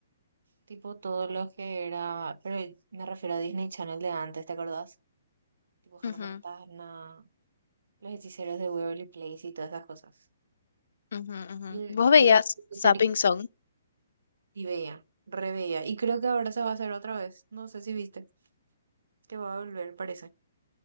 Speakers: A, on the right; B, on the left.
A: Tipo todo lo que era, pero me refiero a Disney Channel de antes, ¿te acordás? Tipo Hannah
B: ujú,
A: Montana, Los Hechiceros de Waverly Place y todas esas cosas.
B: ujú, ujú.
A: Y el,
B: ¿Vos veías
A: y el Hechicería,
B: Sapping Song?
A: y veía, reveía. Y creo que ahora se va a hacer otra vez. No sé si viste, que va a volver, parece.